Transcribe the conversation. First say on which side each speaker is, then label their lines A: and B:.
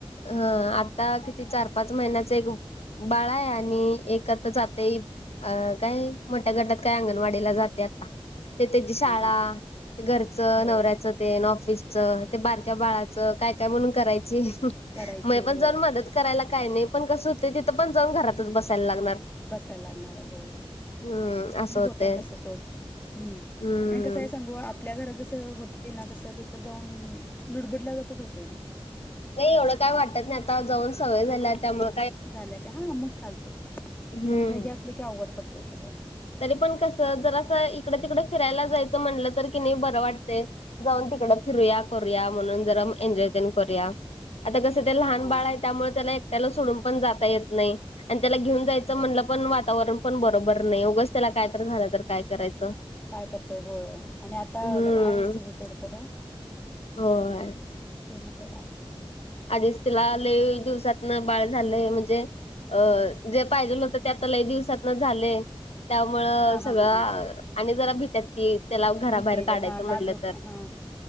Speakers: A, on the left; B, on the left.
A: आ आता किती चार पाच महिन्याच एक बाळा आहे आणि एक आता जातय अं काय मोठ्या गटात काय अंगणवाडीला जाते आता. ते त्याची शाळा
B: हा हा हा
A: ते घरचं
B: होय
A: नवऱ्याचं ऑफिस च ते बारक्या बाळाच काय काय म्हणून करायची
B: करायची
A: म पण
B: होय
A: जाऊन मदत करायला काय नाही पण कसं होतय तिथं पण जाऊन घरातच बसायला लागणार.
B: बसायला लागणार आहे होय.
A: हम्म असं
B: नाही
A: होते
B: होतंय तसं सोड हं
A: हम्म
B: आणि कसं आहे सांगू आपल्या घरात जसं होतय ना तसं तिथं जाऊन लुडबुडल्यागतच होतंय ते.
A: नाही एवढं काय वाटत नाही आता जाऊन सवय झाल्या त्यामुळ!
B: झाल्या काय हा मग चालतय
A: हम्म
B: नवी जागी म असल की अवघड पडतय सगळं.
A: तरी पण कस जर असं इकडे तिकडे फिरायला जायचं म्हणलं तर कि नाही बरं वाटतय. जाऊन तिकड फिरूया करूया म्हणून जरा एनजॉय तेन करूया. आता कसं ते लहान
B: हा
A: बाळ आहे त्यामुळे त्याला एकट्याला सोडून पण जाता येत नाही आणि त्याला घेऊन जायच म्हणलं
B: हो
A: पण वातावरण पण बरोबर नाही उगच त्याला काय तर झालं तर काय करायचं.
B: काय करते होय आणि आता
A: हम्म
B: आहेच तस सोड खर.
A: होय!
B: ते म तर आहे.
A: आधीच तिला लय दिवसातन बाळ झालंय म्हणजे अ जे पाहिजेल होत ते आता लई दिवसातन झालंय त्यामुळं
B: हा
A: सगळं
B: हा हा हा
A: आणि जरा भित्यात ती! त्याला घराबाहेर
B: भीती हा
A: काढायचं
B: जरा हा
A: म्हटलं
B: नाजूक
A: तर
B: हा